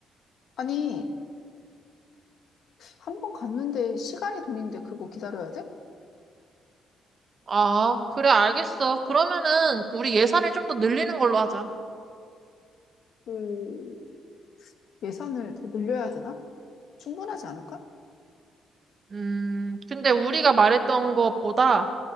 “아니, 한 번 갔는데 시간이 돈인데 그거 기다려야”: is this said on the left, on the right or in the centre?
Left